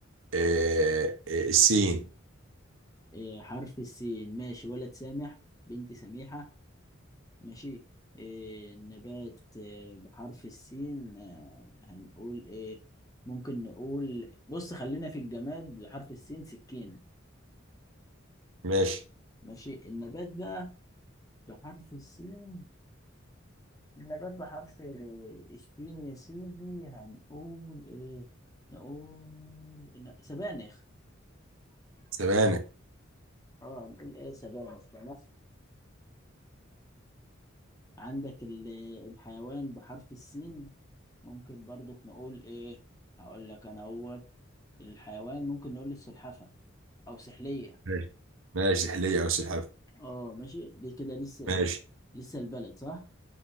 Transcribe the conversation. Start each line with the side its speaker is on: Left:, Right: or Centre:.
Right: آه، آه، السين
Left: إيه حرف السين ماشي ولد سامح بنت سميحة ماشي إيه نبات إيه بحرف السين آه، هنقول ايه ممكن نقول بص خلينا في الجماد بحرف السين سكينة
Right: ماشي
Left: ماشي النبات بقى بحرف السين النبات بحرف السين يا سيدي هنقول ايه نقول إن- سبانخ
Right: سبانة
Left: اه نقول ايه سبانخ تمام عندك ال- الحيوان بحرف السين ممكن برضك نقول ايه هقول لك انا اهوت الحيوان ممكن نقول السلحفة او سحلية
Right: ماشي ماشي سحلية أو سلحفاة
Left: اه ماشي دي كده لسه
Right: ماشي
Left: ايه لسه البلد صح